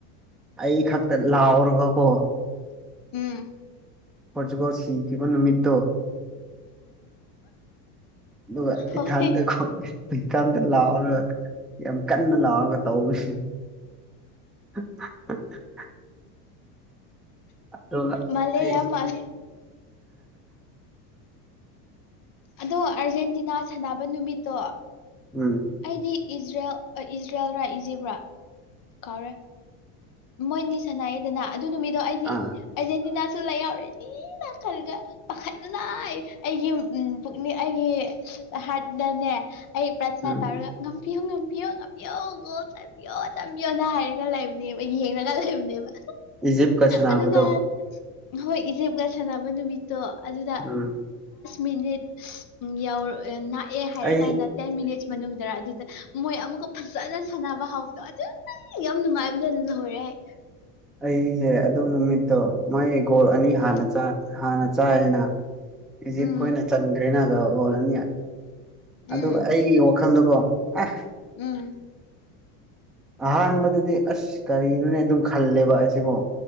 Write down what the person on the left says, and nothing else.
ꯎꯝ
ꯍꯣꯏ
ꯃꯥꯜꯂꯦ
ꯌꯥꯝ ꯃꯥꯜꯂꯦ ꯑꯗꯣ ꯑꯥꯔꯖꯦꯟꯇꯤꯅꯥ ꯁꯥꯟꯅꯕ ꯅꯨꯃꯤꯠꯇꯣ
ꯑꯩꯗꯤ ꯏꯖꯔꯦꯜ ꯏꯖꯔꯦꯜꯔꯥ ꯏꯖꯤꯕ꯭ꯔꯥ ꯀꯥꯎꯔꯦ ꯃꯣꯏꯅꯤ ꯁꯥꯟꯅꯥꯏꯑꯗꯅ ꯑꯗꯨ ꯅꯨꯃꯤꯠꯗꯣ ꯑꯩꯗꯤ
ꯑꯔꯖꯦꯟꯇꯤꯅꯥꯁꯨ ꯂꯩꯍꯎꯔꯅꯤꯅ ꯈꯜꯂꯒ ꯄꯥꯈꯠꯅ ꯑꯩꯒꯤ ꯄꯨꯛꯅꯤꯡ ꯑꯩꯒꯤ ꯍꯥꯔꯠꯗꯅꯦ ꯑꯩ꯭ꯔꯖꯅ
ꯇꯥꯔ ꯉꯝꯕꯤꯌꯣ ꯉꯝꯕꯤꯌꯣ ꯉꯝꯕꯤꯌꯣ ꯒꯣꯜ ꯆꯥꯕꯤꯌꯣ ꯆꯟꯕꯤꯌꯣꯅ ꯍꯥꯏꯔꯒ ꯂꯩꯕꯅꯦꯕ ꯃ ꯌꯦꯡꯅꯒ ꯂꯩꯕꯅꯦꯕ
ꯑꯗꯨꯗ ꯍꯣꯏ ꯏꯖꯤꯞꯀ ꯁꯥꯟꯅꯕ ꯅꯨꯃꯤꯠꯇꯣ ꯑꯗꯨꯗ
ꯃꯤꯅꯤꯠ ꯌꯥꯎꯔ ꯥꯛꯑꯦ ꯍꯥꯏꯔꯀꯥꯟꯗ
ꯇꯦꯟ ꯃꯤꯅꯤꯠꯁ ꯃꯅꯨꯡꯗ ꯑꯗꯨꯗ ꯃꯣꯏ ꯑꯃꯨꯛꯀ ꯐꯖꯅ ꯁꯥꯟꯅꯕ ꯍꯥꯎꯗꯣ ꯑꯗꯨ ꯌꯥꯝ ꯅꯨꯡꯉꯥꯏꯕ ꯍꯔꯦ
ꯎꯝ
ꯎꯝ
ꯎꯝ
ꯎꯝ